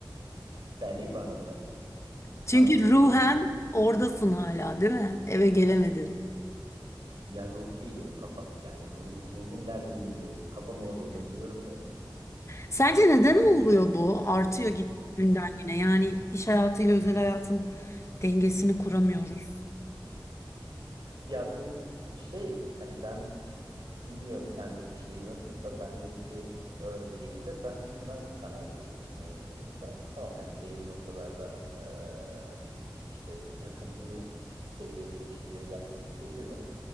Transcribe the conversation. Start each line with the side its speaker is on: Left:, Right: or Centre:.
Right: <laughs> beni bana bırak.
Left: Çünkü
Right: Aynen öyle.
Left: ruhen oradasın hala, değil mi? Eve gelemedin.
Right: Ya ruh değil o kafa. Yani ru- ruhum nerede bilmiyorum. Kafam orada onu biliyorum da.
Left: Sence neden
Right: Hı.
Left: oluyor bu? Artıyor git günden güne. Yani iş hayatıyla özel
Right: <clears throat>
Left: hayatın dengesini kuramıyoruz.
Right: Ya bu şey hani ben bilmiyorum sendeki şeyi nasıl da bendeki örneğinde ben şuna kanaat getirdim en sonunda. Tamam hani belli noktalarda eee, işte takıntılı seviyede bir şeyleri yapmayı seviyorum.